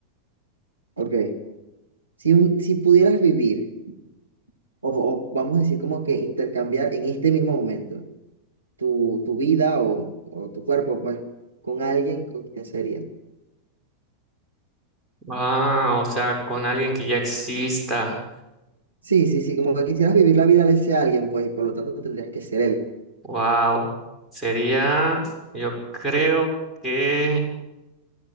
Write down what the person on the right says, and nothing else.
ok, si, un- si pudieras vivir, o, o vamos a decir como que intercambiar en este mismo momento tu, tu vida o, o tu cuerpo, pues, con alguien, ¿con quién sería?
Sí, sí, sí, como que quisieras vivir la vida de ese alguien, pues, y por lo tanto tendrías que ser él.